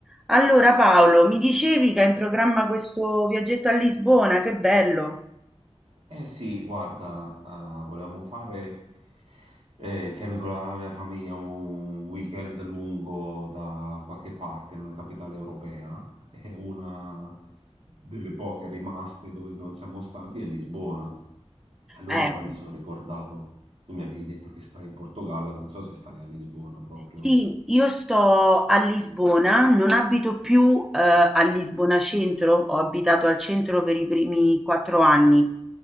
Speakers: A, in the centre; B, on the right.
A: Allora Paolo, mi dicevi che hai in programma questo viaggetto a Lisbona, che bello!
B: Eh sì, guarda, ah, volevamo fare eh, insieme con la mia famiglia un weekend lungo da qualche parte in una capitale europea. E una delle poche rimaste dove non siamo stati è Lisbona. Allora
A: Eh.
B: poi mi sono ricordato, tu mi avevi detto che stai in Portogallo, non so se stai a Lisbona proprio.
A: Sì, io sto a Lisbona, non abito più, eh, a Lisbona centro, ho abitato al centro per i primi quattro anni.